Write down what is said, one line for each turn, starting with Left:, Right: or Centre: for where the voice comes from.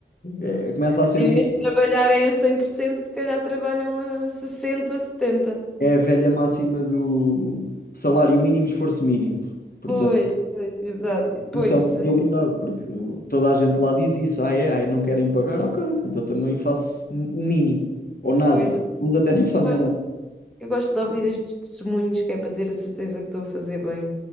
Left: eh, é- começa a ser
Centre: Em
Left: visto,
Centre: vez de trabalharem a 100%, se calhar trabalham a 60, 70.
Left: é a velha máxima do salário mínimo, esforço mínimo. Portanto,
Centre: Pois, pois, exato. Pois,
Left: isso é uma
Centre: sim,
Left: realidade, porque toda a gente lá diz isso, ah, é, ah, e não querem pagar, ok, então também faço o mínimo, ou nada.
Centre: pois.
Left: Uns até <laughs> nem fazem
Centre: Eu
Left: nada.
Centre: eu gosto de ouvir estes testemunhos, que é para ter a certeza que estou a fazer bem.